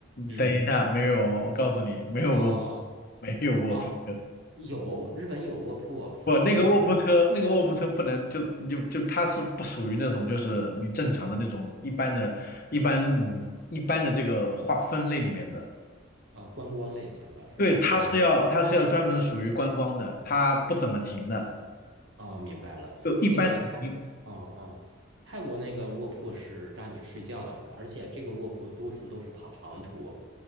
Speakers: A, on the right (about 70°); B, on the left (about 45°).
A: 嗯，
B: 等一下，没有，我告诉你，没有卧，
A: 哦
B: 没有卧铺车，
A: 哦，有日本有卧铺，
B: 不，那个卧铺车，
A: 那个从
B: 那个卧铺车不能就就就它是不属于那种就是你正常的那种一般的、一般一般的这个划分类里面的，
A: 呃观光类型的是吧？
B: 对，它是要它是要专门属于观光的，
A: 观光。
B: 它不怎么停的，
A: 哦，明白了。
B: 就一般停
A: 那个泰，哦哦，泰国那个卧铺是让你睡觉的，而且这个卧铺多数都是跑长途。